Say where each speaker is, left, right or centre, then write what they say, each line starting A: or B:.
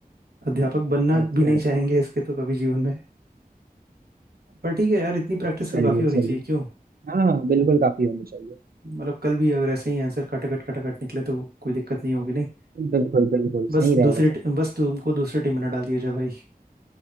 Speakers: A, on the right (about 80°); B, on the right (about 70°).
A: अध्यापक
B: <laughs>
A: बनना
B: अच्छा
A: भी नहीं
B: अच्छा
A: चाहेंगे इसके तो कभी जीवन में पर ठीक है यार इतनी प्रैक्टिस तो
B: चलिए
A: काफी होनी
B: चलिए
A: चाहिए क्यों
B: हाँ हाँ बिल्कुल काफी होनी चाहिए
A: मतलब कल भी अगर ऐसे ही आंसर खटाखट खटाखट निकले तो कोई दिक्कत नहीं होगी नहीं
B: बिल्कुल बिल्कुल
A: बस
B: सही रहेगा
A: दूसरी
B: सर
A: टी- बस तुमको दूसरी टीम में ना डाल दिया जाए भाई